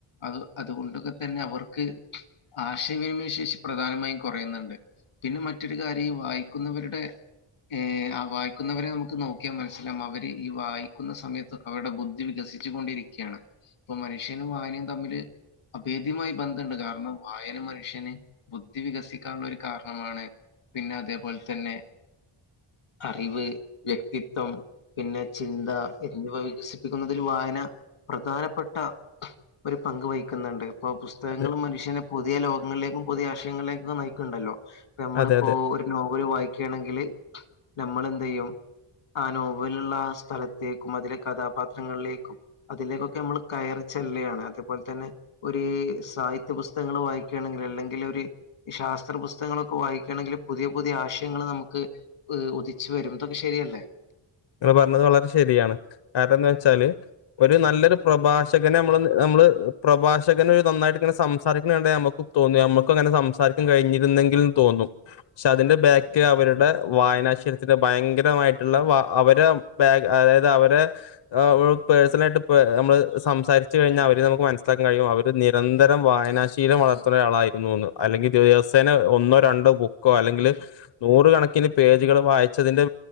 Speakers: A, on the left; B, on the left.
A: അത് അതുകൊണ്ടൊക്കെ തന്നെ അവർക്ക് ആശയവിനിമയ ശേഷി പ്രധാനമായും കുറയുന്നുണ്ട് പിന്നെ മറ്റൊരു കാര്യം വായിക്കുന്നവരുടെ ഏ ആ വായിക്കുന്നവരെ നമുക്ക് നോക്കിയാൽ മനസ്സിലാ അവര് ഈ വായി ക്കുന്ന സമയത്ത് അവരുടെ ബുദ്ധി വികസിച്ചു കൊണ്ടിരിക്കാണ് ഇപ്പൊ മനുഷ്യനും വായനയും തമ്മില് അഭേദ്യമായി ബന്ധുണ്ട് കാരണം വായന മനുഷ്യന് ബുദ്ധി വികസിക്കാനുള്ള ഒരു കാരണമാണ് പിന്നെ അതേപോലെ തന്നെ അറിവ് വ്യക്തിത്വം പിന്നെ ചിന്ത എന്നിവ വികസിപ്പിക്കുന്നതിൽ വായന പ്രധാനപ്പെട്ട ഒരു പങ്ക് വഹിക്കുന്നുണ്ട് ഇപ്പൊ പുസ്തകങ്ങളും
B: അതെ
A: മനുഷ്യനെ പുതിയ ലോകങ്ങളിലേക്കും പുതിയ ആശയങ്ങളിലേക്കെ നയിക്കുണ്ടല്ലോ നമ്മളിപ്പോഒരു
B: അതെ അതെ
A: നോവല് വായിക്കയാണെങ്കില് നമ്മൾ എന്ത് ചെയ്യും ആ നോവലുള്ള ആ സ്ഥലത്ത് തെക്കും അതിലെ കഥാപാത്രങ്ങളിലേക്കും അതിലേക്കൊക്കെ നമ്മൾ കയറിച്ചെല്ലയാണ് അതേപോലെ തന്നെ ഒരു ഈസാഹിത്യ പുസ്തങ്ങൾ വായിക്കുകയാണെങ്കിൽ അല്ലെങ്കിൽ ഒരു ശാസ്ത്ര പുസ്തകങ്ങളൊക്കെ വായിക്കുകയാണെങ്കിൽ പുതിയ പുതിയ പുതിയ ആശയങ്ങൾ നമുക്ക് ഉദിച്ചു വരും ഇതൊക്കെ ശരിയല്ലേ
B: അ പറഞ്ഞത് വളരെ ശരിയാണ് കാരണംന്ന് വെച്ചാല് ഒരു നല്ലൊരു പ്രഭാഷകനെ നമ്മള് നമ്മള് പ്രഭാഷകന ഒരു നന്നായിട്ട് ഇങ്ങെ സംസാരിക്കണണ്ട നമുക്ക് തോന്നി നമ്മുക്കങ്ങനെ സംസാരിക്കാ കഴിഞ്ഞിരുന്നെങ്കിൽ തോന്നും പക്ഷെ അതിന്റെ ബാകില വര്ടെ വായനാശിലതിന്റെ ഭയങ്ക ങ്കരമായിട്ടുള്ള വാ അവരെ ബാഗ് അതായത് അവരെ പേഴ്സണല ആയിട്ട് നമ്മള് സംസാരിച്ചു കഴിഞ്ഞാൽ അവര് നമുക്ക് മനസ്സിലാക്കൻ കഴിയും അവർ നിരന്തരം വായനാശീലം വളർത്തുന്ന ഒരാളായിരുന്നു എന്ന് അല്ലെങ്കിൽ ദിവ സെനെ ഒന്നോ രണ്ടോ ബുക്കോ അല്ലെങ്കിൽ നൂറുകണക്കിന് പേജുകൾ വായിച്ചതിന്റെ